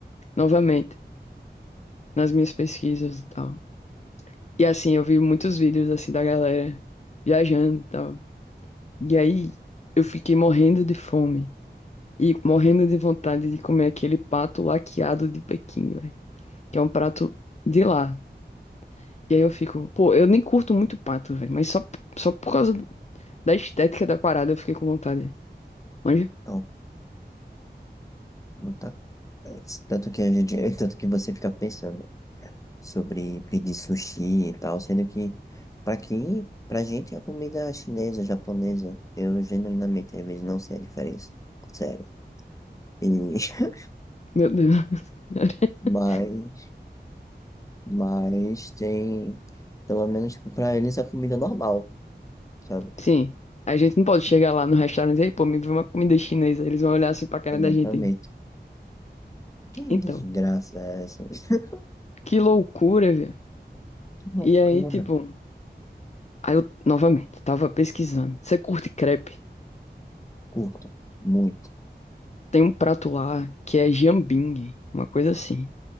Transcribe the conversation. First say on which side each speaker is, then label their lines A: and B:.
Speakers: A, on the left; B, on the left.
A: novamente nas minhas pesquisas e tal. E assim, eu vi muitos vídeos assim da galera viajando e tal. E aí eu fiquei morrendo de fome e morrendo de vontade de comer aquele pato laqueado de Pequim, velho, que é um prato de lá. E aí eu fico, pô, eu nem curto muito pato, velho, mas só só por causa da estética da parada eu fiquei com vontade. Manja?
B: tá, não tá, é, tanto que a gente, <laughs> tanto que você fica pensando sobre pedir sushi e tal, sendo que pra quem, pra gente a comida chinesa, japonesa, eu genuinamente às vezes não sei a diferença. Sério. E, <laughs>
A: Meu Deus. <laughs>
B: mas, mas tem, pelo menos tipo, pra eles a comida normal. sabe?
A: Sim. A gente não pode
B: Tipo,
A: chegar lá no restaurante e dizer, "Ei, pô, me vê uma comida chinesa. Eles vão olhar assim pra cara
B: Exatamente.
A: da gente.
B: Que
A: Então,
B: desgraça é essa? <laughs>
A: Que loucura, velho.
B: Que loucura.
A: E aí, tipo, aí eu novamente tava pesquisando. Você curte crepe?
B: Curto, muito.
A: Tem um prato lá que é jambing, uma coisa assim.